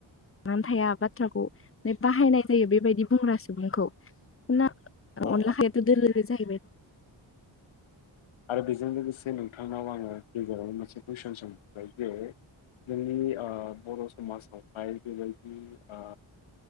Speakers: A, on the left (about 30°); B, on the left (about 80°).
A: गान थाया बाथ्राखौ माने बाहायनाय जायो बेबायदि बुंग्रा सुबुंखौ मानोना अनला
B: औ
A: खारियावथ' दोलो जाहैबाय
B: आरो बेजों लोगोसे नोंथांनाव आङो गेजेराव मोनसे कुइसन सोंहरबाय जे जोंनि ओ बर' समाजावहाय बेबायदि ओ